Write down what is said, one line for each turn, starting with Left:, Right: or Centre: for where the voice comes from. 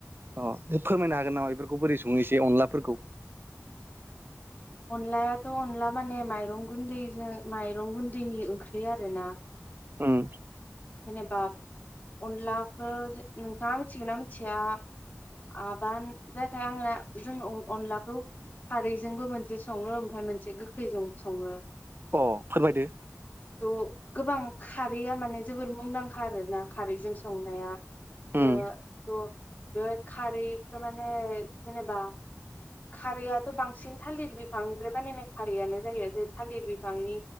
Right: अ फोरमायनो हागोन नामा बेफोरखौ बोरै सङो इसे अनलाफोरखौ।
Left: अनलायाथ' अनला माने माइरं गुन्दैजों माइरं गुन्दैनि ओंख्रि आरोना।
Right: उम।
Left: जेनेबा अनलाखो नोंथाङा मिथिगौ ना मिथिया आबान नाथाय आंना जों अनलाखौ खारैजोंबो मोनजा दि सङो ओमफ्राय मोनसे गोखैजों सङो।
Right: अ फोरमायदो।
Left: थ' गोबां खारैया माने जोबोर मुंदांखा आरोना खारैजों संनाया
Right: उम
Left: ओ थ बे खारैखो माने जेनेबा खारैआथ' बांसिन थालिर बिफांनिफ्राय बानायनाय खारैआनो जायो जे थालिर बिफांनि